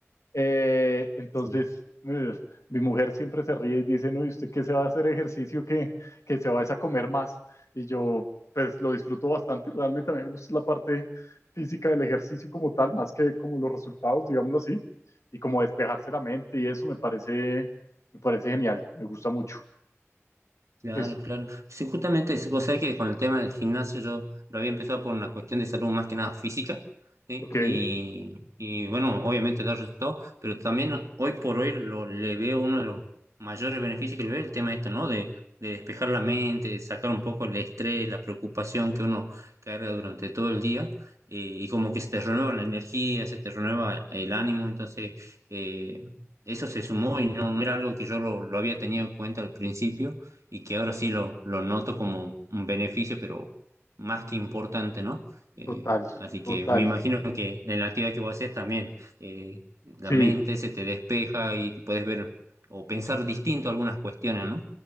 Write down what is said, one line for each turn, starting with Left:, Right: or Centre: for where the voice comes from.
Left: eh, entonces,
Right: Sí.
Left: eh, mi mujer siempre se ríe y dice, no, ¿y usted qué se va a hacer ejercicio que, que se va es a comer más? Y yo, pues lo disfruto bastante, realmente a mí me gusta la parte física del ejercicio como tal, más que como los resultados, digámoslo así, y como despejarse la mente y eso me parece, me parece genial, me gusta mucho.
Right: Claro,
Left: Es,
Right: claro. Sí, justamente, sí, vos sabés que con el tema del gimnasio yo lo había empezado por una cuestión de salud más que nada física, ¿sí?
Left: ok,
Right: Y, y bueno, obviamente da resultado, pero también hoy por hoy lo, le veo uno de los mayores beneficios que le veo, el tema esto, ¿no? De, de despejar la mente, de sacar un poco el estrés, la preocupación que uno carga durante todo el día, eh, y como que se te renueva la energía, se te renueva el ánimo, entonces eh, eso se sumó y no, no era algo que yo lo, lo había tenido en cuenta al principio y que ahora sí lo, lo noto como un beneficio, pero más que importante, ¿no? Eh,
Left: total,
Right: así
Left: total,
Right: que me imagino que en la actividad que vos haces también eh, la
Left: sí.
Right: mente se te despeja y te puedes ver o pensar distinto algunas cuestiones, ¿no?